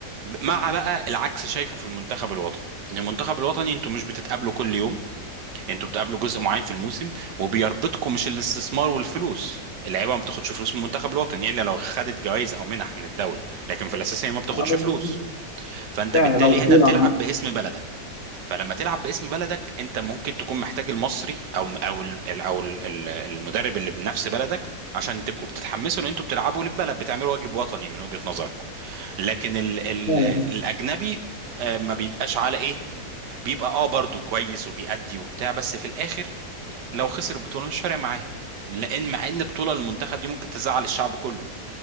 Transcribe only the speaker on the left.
آه،
فعلا
او بطوله
عامة.
فعلا